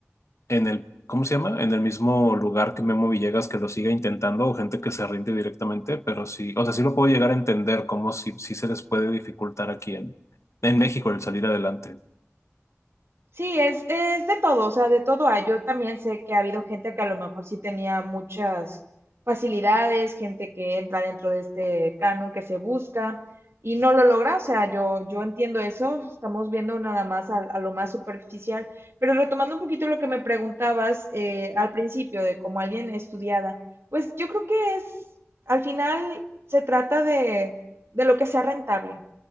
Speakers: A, on the left (about 75°); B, on the right (about 60°).
A: en el, ¿cómo se llama? En el mismo lugar que Memo Villegas que lo siga intentando o gente que se rinde directamente, pero sí, o sea, sí lo puedo llegar a entender cómo sí, sí se les puede dificultar aquí en, en México el salir adelante.
B: Sí, es, es de todo, o sea, de todo hay. Yo también sé que ha habido gente que a lo mejor sí tenía muchas facilidades, gente que entra dentro de este canon que se busca y no lo logra, o sea, yo, yo entiendo eso, estamos viendo nada más a, a lo más superficial, pero retomando un poquito lo que me preguntabas eh, al principio de como alguien estudiada, pues yo creo que es, al final se trata de, de lo que sea rentable